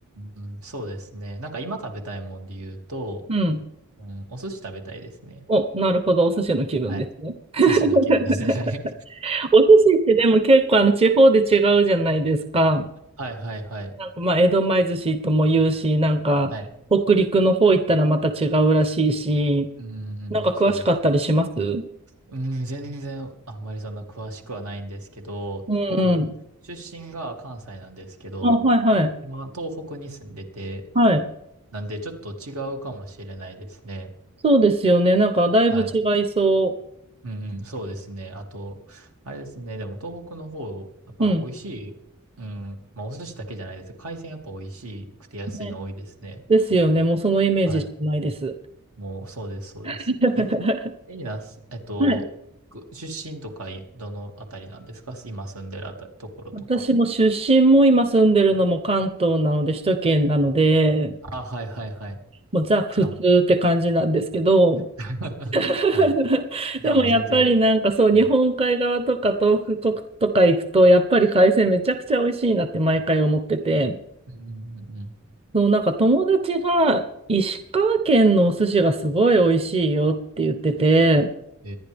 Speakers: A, on the right; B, on the right.
A: うん、そうですね。なんか今食べたいもんで言うと、
B: うん。
A: うん、お寿司食べたいですね。
B: お、なるほど。お寿司の気分ですね。
A: はい。
B: <laughs>
A: 寿司の気分ですね。
B: お寿司ってでも結構あの地方で違うじゃないですか。
A: はい <laughs> はいはいはい。
B: なんかまあ、江戸前寿司とも言うし、なんか北陸の方行ったらまた違うらしいし、
A: はい。うん、うんうんそうです。
B: なんか詳しかったりしますうん
A: うん、全然あんまりそんな詳しくはないんですけど、
B: うん。
A: 僕、出身が関西なんですけど、
B: あ、はいはい。
A: 今、東北に住んでて、
B: はい。
A: なんでちょっと違うかもしれないですね。
B: そうですよね。なんかだいぶ違いそ
A: はい。うんうん、そうですね。あと、あれですね、でも東北の方、やっぱ美味しい、
B: う。うん。
A: うん、まあお寿司だけじゃないです。海鮮やっぱ美味しくて安いの多いですね。
B: ねですよね。もうそのイメージしかないです。
A: はい。もう、そうです、そうです。
B: <laughs>
A: え、エリナス、えっと、
B: はい。
A: く出身とかい、どのあたりなんですか今住んでるあたり、ところとか。
B: 私も出身も今住んでるのも関東なので、首都圏なので、
A: あ、はいはいはい。
B: もうザ普通って感じなんですけど、
A: じゃあもう <laughs>
B: <laughs>
A: はい。じゃあもう全然。
B: でもやっぱりなんかそう、
A: はい。
B: 日本海側とか東北国とか行くと、やっぱり海鮮めちゃくちゃ美味しいなって毎回思ってて、
A: うんうんうん。
B: そう、なんか友達が石川県のお寿司がすごい美味しいよって言ってて、
A: え